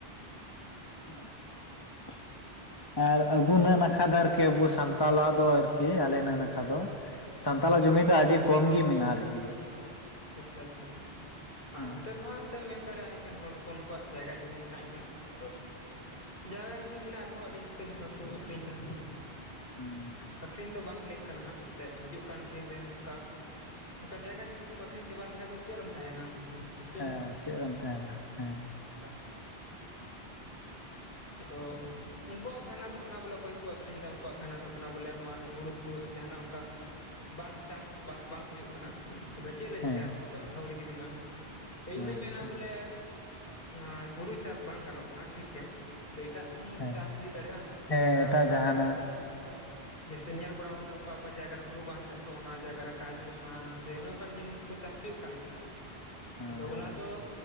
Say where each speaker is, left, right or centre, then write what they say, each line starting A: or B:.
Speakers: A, on the left; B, on the left.
A: ᱦ <inaudible> ᱟᱨ ᱟᱵᱩ ᱱᱟᱠᱷᱟ ᱫᱚ ᱟᱨᱠᱤ ᱟᱵᱚ ᱥᱟᱱᱛᱟᱞᱟᱜ ᱫᱚ ᱟᱨᱠᱤ ᱟᱞᱮ ᱱᱟᱠᱷᱟ ᱫᱚᱼᱼ ᱥᱟᱱᱛᱟᱞᱟᱜ
B: ᱦᱮᱸ
A: ᱡᱚᱢᱤ ᱫᱚ ᱟᱹᱰᱤ ᱠᱚᱢ ᱜᱮ ᱢᱮᱱᱟᱜᱼᱟ ᱟᱨᱠᱤ
B: ᱟᱪᱪᱷᱟ ᱟᱪᱪᱷᱟ
A: ᱦᱳᱭ
B: ᱟᱨ ᱱᱚᱛᱮ ᱫᱚ ᱦᱟᱸᱜᱼᱼ ᱛᱮᱢ ᱢᱮᱱ ᱫᱟᱲᱮᱭᱟᱜᱼᱟ ᱮᱠᱮᱱ ᱦᱚᱲ ᱦᱚᱯᱚᱱ ᱠᱚᱣᱟᱜ ᱡᱟᱭᱜᱟ ᱡᱩᱢᱤ ᱢᱮᱱᱟᱜ ᱜᱮᱭᱟ ᱟᱫᱚᱼᱼ ᱡᱟᱭᱜᱟ ᱡᱚᱢᱚᱱ ᱢᱮᱱᱟᱜ ᱨᱮᱦᱚᱸ ᱟᱹᱰᱤ ᱡᱟᱹᱥᱛᱤ ᱱᱚᱝᱠᱟ ᱠᱚ ᱟᱠᱷᱨᱤᱧ ᱫᱟ᱾
A: ᱦᱩᱸ
B: ᱟᱠᱷᱨᱤᱧ ᱫᱚ ᱵᱟᱝ ᱞᱮᱠ ᱠᱟᱱᱟ ᱦᱟᱸᱜ ᱮᱱᱛᱮ ᱦᱤᱡᱩᱜ ᱠᱟᱱ ᱫᱤᱱ ᱨᱮ ᱱᱚᱝᱠᱟ ᱠᱟ ᱡᱟᱭᱜᱟ ᱡᱩᱢᱤᱼᱼ ᱠᱩᱢ ᱟᱹᱠᱷᱨᱤᱧ ᱪᱟᱵᱟ ᱞᱮᱠᱷᱟᱡ ᱫᱚ ᱪᱮᱫ ᱨᱮᱢ ᱛᱟᱦᱮᱱᱟ᱾ ᱥᱮ ᱪᱮᱫ
A: ᱦᱮ ᱪᱮᱫ ᱨᱮᱢ ᱛᱟᱦᱮᱱᱟ ᱦᱮᱸᱼᱼ
B: ᱠᱟᱹᱼᱼ ᱟᱫᱚ ᱩᱱᱠᱩᱣᱟᱜ ᱠᱷᱟᱱᱟ ᱫᱚ ᱠᱟᱱᱟ ᱵᱚᱞᱮ ᱚᱠᱚᱭ ᱠᱚ ᱟᱹᱷᱨᱤᱧ ᱮᱫᱟ ᱩᱱᱠᱩᱣᱟᱜ ᱠᱷᱟᱱᱟ ᱫᱚ ᱠᱟᱱᱟ ᱵᱚᱞᱮ ᱱᱚᱣᱟᱨᱮ ᱦᱩᱲᱳᱼᱼ ᱠᱚ ᱥᱮ ᱡᱟᱦᱟᱱᱟᱜ ᱚᱱᱠᱟ ᱵᱟᱝ ᱪᱟᱥ ᱵᱟᱥ ᱵᱟᱝ ᱦᱩᱭᱩᱜ ᱠᱟᱱᱟ᱾ ᱛᱚᱵᱮ ᱪᱮᱫ ᱞᱮ
A: ᱦᱮᱸ
B: ᱪᱤᱠᱟᱹᱭᱟ ᱱᱚᱣᱟ ᱫᱚ ᱟᱹᱛᱷᱲᱤ ᱜᱮ ᱢᱮᱱᱟᱜᱼᱟ᱾ ᱤᱧ ᱫᱩᱧ
A: ᱟᱪᱪᱷᱟ
B: ᱢᱮᱱᱟ ᱵᱚᱞᱮ ᱱᱚᱶᱟ ᱦᱩᱲᱩ ᱪᱟᱥ ᱵᱟᱝ ᱜᱟᱱᱚᱜ ᱠᱟᱱᱟ ᱴᱷᱤᱠ ᱜᱮᱭᱟ᱾ ᱛ ᱮᱴᱟᱜ ᱛᱮᱝ
A: ᱦᱮᱸ
B: ᱪᱟᱥ ᱦᱩᱭ ᱫᱟᱲᱮᱭᱟᱜᱼᱟ ᱡᱮᱞᱮᱠᱟ
A: ᱦᱮᱸ ᱮᱴᱟᱜ
B: ᱟᱭᱢᱟ
A: ᱡᱟᱦᱟᱱᱟᱜ
B: ᱡᱟᱭᱜᱟ ᱨᱮᱼᱼ ᱡᱮᱭᱮᱥᱮ ᱧᱮᱞ ᱵᱟᱲᱟ ᱠᱟᱫᱟ ᱚᱠᱟ ᱚᱠᱟ ᱡᱟᱭᱜᱟ ᱨᱮ ᱦᱩᱲᱩ ᱵᱟᱝ ᱪᱟᱥᱚᱜᱼᱟ ᱚᱱᱟ ᱡᱟᱭᱜᱟ ᱨᱮ ᱠᱟᱡᱩ ᱮᱢᱟᱱ ᱥᱮ ᱚᱱᱮ ᱚᱱᱠᱟᱱ ᱡᱤᱱᱤᱥᱼᱼ ᱠᱚ ᱪᱟᱥ ᱦᱩᱭᱩᱜ ᱠᱟᱱ ᱜᱮᱭᱟ ᱦᱟᱸᱜ
A: <inaudible>
B: ᱫᱚᱜᱞᱟ
A: ᱦᱳᱭ
B: ᱫᱚ